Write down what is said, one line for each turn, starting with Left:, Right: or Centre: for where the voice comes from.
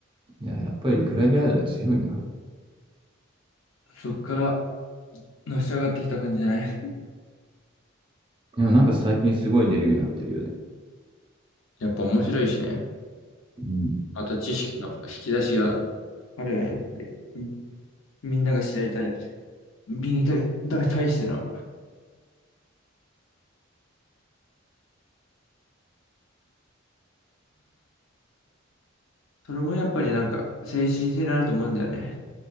Right: いや、やっぱりグラビアアイドル強いな。
Left: そっからのし上がってきた感じじゃない
Right: でもなんか最近すごい出るようになってるよね。
Left: やっぱ面白いしね。
Right: うん。
Left: あと知識の引き出しが。あるやん、やっぱり。みみんなが知りたい。美に対、だ対しての。それもやっぱりなんか、精神性になると思うんだよね。